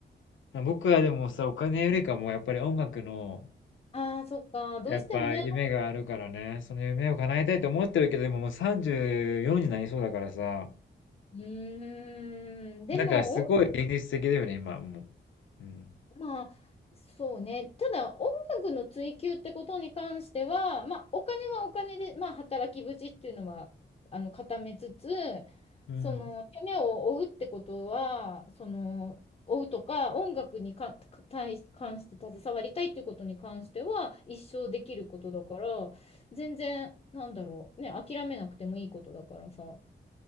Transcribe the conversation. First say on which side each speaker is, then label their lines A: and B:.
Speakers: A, on the left; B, on the left.
A: 僕はでもさ、お金よりかもやっぱり音楽の
B: ああ、そっか。どうしてもね。
A: やっぱ夢があるからね、その夢を叶えたいと思ってるけど、でももう34になりそうだからさ、
B: うーん。でも、
A: なんかすごい現実的だよね、
B: 音
A: 今もう。うん。
B: まあ、そうね。ただ、音楽の追求ってことに関しては、まあ、お金はお金で、まあ、働き口っていうのは、あの、固めつつ、
A: うん。
B: その、夢を追うってことは、その、追うとか、音楽にか、か対し、関して携わりたいってことに関しては、一生できることだから、全然、なんだろう、ね、諦めなくてもいいことだからさ、